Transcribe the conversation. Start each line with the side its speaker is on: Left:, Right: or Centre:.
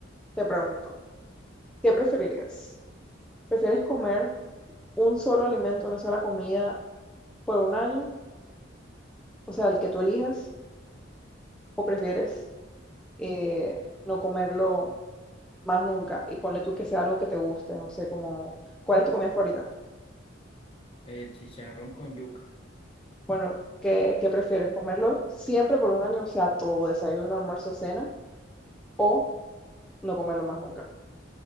Centre: te pregunto, ¿qué preferirías? ¿Prefieres comer un solo alimento, una sola comida? por un año, o sea, el que tú elijas, o prefieres eh, no comerlo más nunca y ponle tú que sea algo que te guste, no sé, como, ¿cuál es tu comida favorita?
Left: El chicharrón con yuca.
Centre: Bueno, ¿qué, qué prefieres? ¿Comerlo siempre por un año, o sea, todo, desayuno, almuerzo, cena, o no comerlo más nunca?